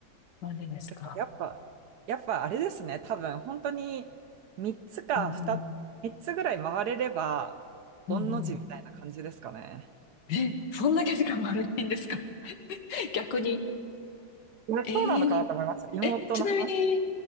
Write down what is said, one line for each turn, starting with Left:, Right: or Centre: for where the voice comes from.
Left: マジですか。
Right: だからやっぱ、やっぱあれですね、多分本当に3つか2、
Left: うんうん。
Right: 3つぐらい回れれば、
Left: うんう
Right: 御の字みたいな感じですかね。
Left: ん。え、そんだけ時間悪いんですか <laughs> 逆に。
Right: いやそうなのかなと思いました。
Left: ええ。
Right: 妹の話。
Left: え、ちなみに、